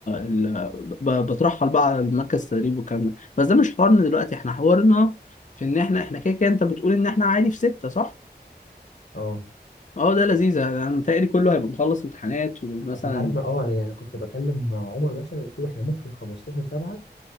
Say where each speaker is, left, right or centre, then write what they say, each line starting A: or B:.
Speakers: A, on the left; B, on the left.
A: ال... ب... بترحل بقى على مركز التدريب والكلام ده بس ده مش حوارنا دلوقتي احنا حوارنا في ان احنا احنا كده كده انت بتقول ان احنا عادي في ستة صح؟
B: اه
A: اه ده لذيذ انا أنا متهيألي كله هيبقى مخلص امتحانات ومثلا
B: اصل انت عارف ما اه انا يعني كنت بكلم مع عمر مثلا وقلت له احنا ممكن 15 7